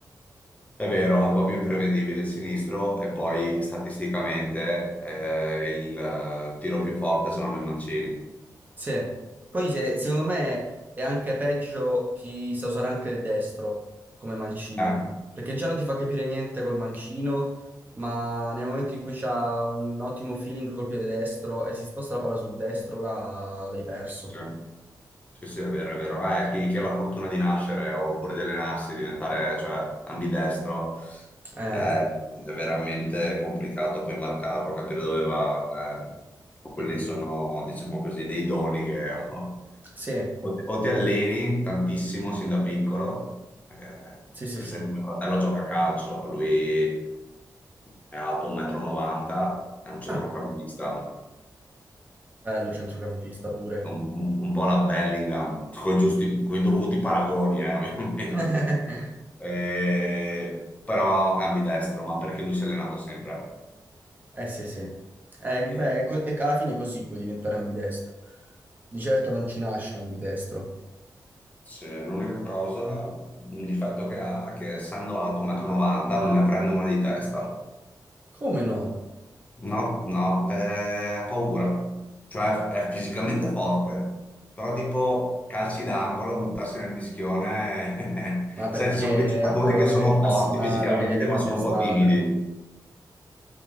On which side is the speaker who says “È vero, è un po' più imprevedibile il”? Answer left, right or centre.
Left